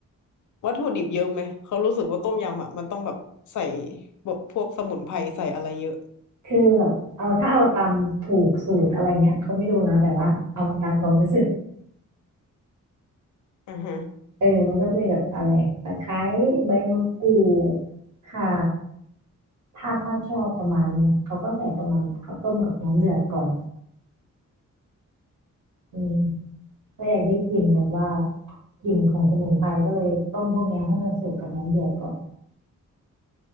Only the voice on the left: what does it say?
วัตถุดิบเยอะไหมเขารู้สึกว่าต้มยำอ่ะมันต้องแบบใส่แบบพวกสมุนไพรใส่อะไรเยอะ
อ่าฮะ